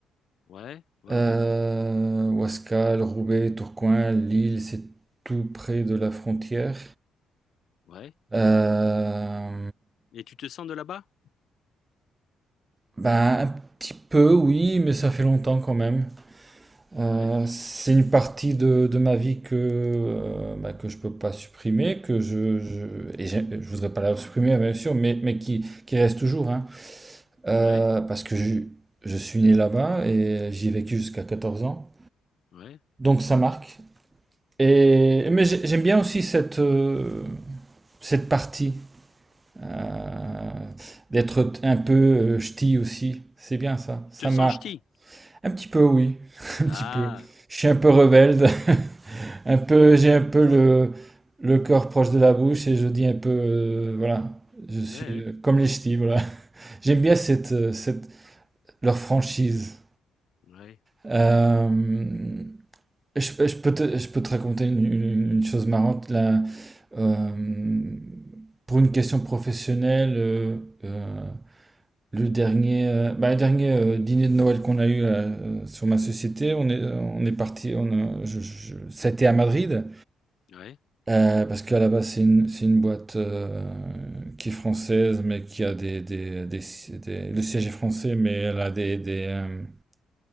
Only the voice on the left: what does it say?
ouais, ouais,
ouais,
ouais.
Et tu te sens de là-bas?
Ouais,
ouais,
ouais.
Tu te sens
ch'ti?
Ah,
ouais,
ouais,
ouais. ouais.